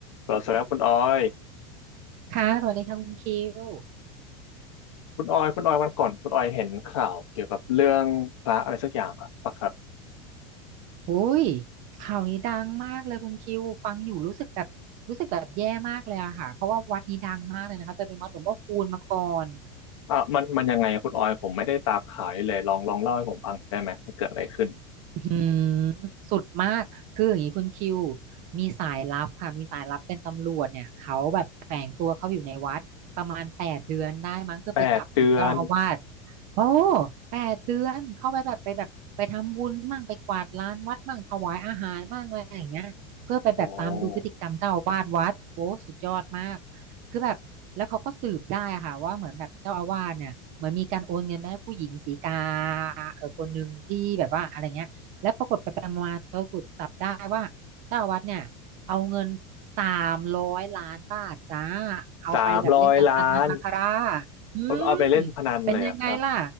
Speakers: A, on the left; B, on the right.
A: เราสำหรับคุณออย
B: ค่ะสวัสดีค่ะคุณคิว
A: คุณออย คุณออยวันก่อน คุณออยเห็นข่าวเกี่ยวกับเรื่องพระอะไรสักอย่างปะปะครับ
B: อุ้ยข่าวนี้ดังมากเลยคุณคิวฟังอยู่รู้สึกแบบรู้สึกแบบแย่มากเลยอะค่ะเพราะว่าวัดนี้ดังมากเลยนะคะเคยเป็นวัดหลวงพ่อคูณมาก่อน
A: อ่ะมันมันยังไงคุณออย ผมไม่ได้ตามข่าวนี้เลย ลองลองเล่าให้ผมฟังได้ไหม มันเกิดอะไรขึ้น
B: อื้หือสุดมากคืออย่างนี้คุณคิวมีสายลับค่ะมีสายลับเป็นตำรวจเนี่ยเขาแบบแฝงตัวเขาอยู่ในวัดประมาณแปดเดือนได้มั้งเพื่อไปจับผิดเจ้าอาวาส
A: แปดเดือน
B: โอ้แปดเดือนเข้าไปแบบไปแบบไปทำบุญมั่งไปกวาดลานวัดมั่งถวายอาหารมั่งอะไรอย่างเงี้ยเพื่อไปแบบตามดูพฤติกรรมเจ้าอาวาสวัดโอ้สุดยอดมาก
A: โอ้
B: คือแบบแล้วเขาก็สืบได้อะค่ะว่าเหมือนแบบเจ้าอาวาสเนี่ยเหมือนมีการโอนเงินไปให้ผู้หญิงสีกาเออคนหนึ่งที่แบบว่าอะไรเงี้ย และปรากฏไปไปมาๆตะกรุดจับได้ว่าเจ้าอาวัดเนี่ยเอาเงินสามร้อยล้านบาทจ้าเอาไปแบบเล่นการพนันบาคาร่า
A: สามร้อยล้าน
B: อืม
A: เอาเอาไปเล่นพนันเลยอะครับ
B: เป็นยังไงล่ะ